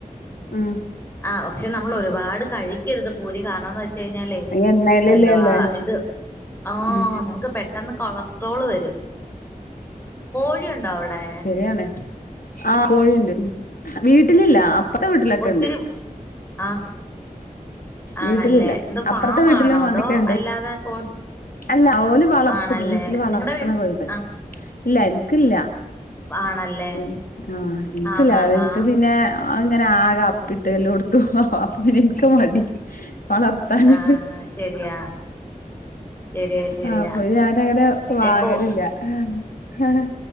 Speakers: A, on the left; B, on the left.
A: ആഹ്
B: ആഹ് പക്ഷേ നമ്മള് ഒരുപാട് കഴിക്കരുത് പൂരി. കാരണംന്ന് വെ വെച്ച് യിഞ്ഞാലേയ്
A: എണ്ണയിലല്ലേ
B: എന്തുവാ
A: ഉള്ളെ
B: ഇത് ആഹ്
A: ഉം
B: നമുക്ക് പെ ട്ടെന്ന് കൊളസ്ട്രോള് വരും. കോഴി യുണ്ടോവിടെ
A: രാണ്. ആഹ് കോഴിണ്ട്. ഉം വീട്ടിലില്ല അപ്പറത്തെ വീട്ടിലൊക്കെണ്ട്
B: ഒത്തിരി ആഹ് ആണല്ലേ.
A: വീട്ടിലില്ല
B: ന്ത് ഫാമാണോ
A: അപ്പറത്തെ വീട്ടിലും അങ്ങനൊക്കെ
B: അതോ
A: ഉണ്ട്
B: അല്ലാതെ കോ
A: അല്ല ഓല് വളർത്ത്ത്.
B: ആണല്ലേ
A: വീട്ട്ല് വളർത്ത്ണെ
B: നിങ്ങടെ വീ
A: കോഴിണ്ട്.
B: ആഹ്
A: ഇല്ല ഇൻക്ക്ല്ലാ.
B: ആണല്ലേ
A: ഉം. ആഹ് എനിക്കല്ലാ
B: ആഹ് ആഹ്
A: അഹ് ൻക്ക്
B: ആഹ്
A: പിന്നേ ആ അങ്ങനെ ആകെ അപ്പിട്ട് എല്ലോട്ത്തും. പ്പ ങ്ങനെ ൻക് മടി വളർ ത്താന്.
B: ആഹ് ശരിയാ ശരിയാ ശരിയാ
A: ആഹ് അപ്പൊ ഞാനങ്ങനെ വാങ്ങല്
B: എക്കോ
A: ല്ലാ. ഏഹ്